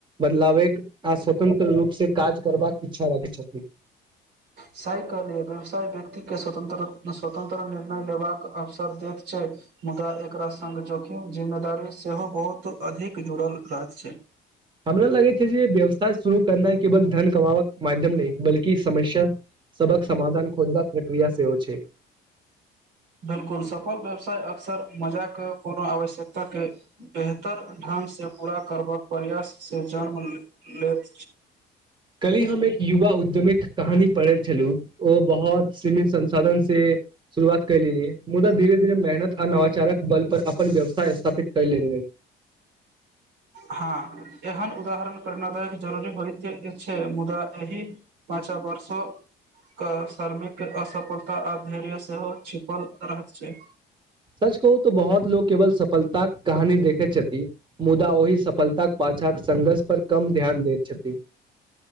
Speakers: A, on the right; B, on the right.
A: बदलावै आ स्वतंत्र रूप से काज करबाक इच्छा अच्छा राखी छथि
B: साइकल व्यवसाय व्यक्ति के स्वतंत्र स्वतंत्र निर्णय लेबाक अवसर दैत छै मुदा एकरा संघ जोखिम जिम्मेदारी सेहो बहुत अधिक जुड़ल रहैत छै
A: हमरा लगै छै जे व्यवसाय शुरू करनाइ केवल धन कमाबक माध्यम नहि बल्कि समस्य सवक समधान खोजबाक प्रक्रिया सेहोव छै
B: बिलकुल सफल व्यवसाय अक्सर मजाक के कोनो आवश्यकता के बेहतर ढङ्गसँ पूरा करबाक प्रयाससँ जन्म लेत
A: कली हम एक युवा उद्यमी कहानी पढ़ल छलहु ओ बहुत सीमित संसाधन से शुरुआत करली मुदा धीरे धीरे मेहनत अनवाचारक बल पर अपन व्यवसाय स्थापित क ल
B: हँ एहन उदाहरण प्रेणादायक जरूरी होयइत छै मुदा एहि पाँच वर्षोके शार्मिक असफलता आओ धैर्य सेहो छिपल रह छै
A: सच कहू त बहुत लोकोग केवल सफलताक कहानी देखैत छथि मुदा ओहि सफलता पछाँ संघर्ष पर कम ध्यान देत छथि